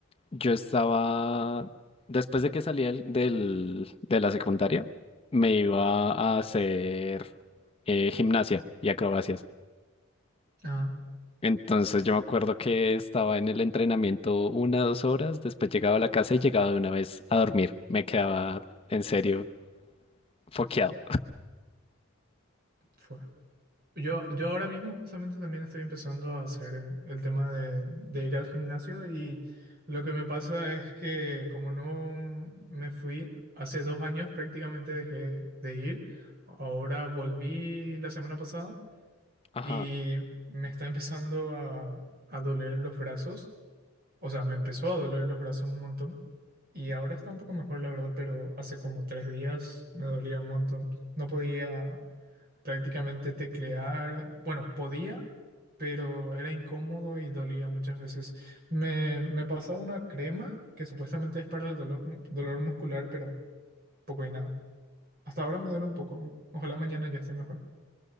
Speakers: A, on the left; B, on the right.
A: yo estaba, después de que salí del, del- de la secundaria, me iba a hacer eh, gimnasia y acrobacias.
B: Ah,
A: Entonces yo me acuerdo que estaba en el entrenamiento una, dos horas, después llegaba a la casa y llegaba de una vez a dormir. Me quedaba en serio foqueado.
B: fue. Yo, yo ahora mismo justamente también estoy empezando a hacer eh, el tema de, de ir al gimnasio y lo que me pasa es que como no me fui hace dos años prácticamente dejé de ir, ahora volví la semana pasada
A: Ajá.
B: y me está empezando a, a doler los brazos, o sea, me empezó a doler los brazos un montón y ahora está un poco mejor la verdad, pero hace como tres días me dolía un montón no podía prácticamente teclear, bueno, podía, pero era incómodo y dolía muchas veces. Me, me pasaba una crema que supuestamente es para el dolor, mu- dolor muscular, pero poco y nada. Hasta ahora me duele un poco. Ojalá mañana ya esté mejor.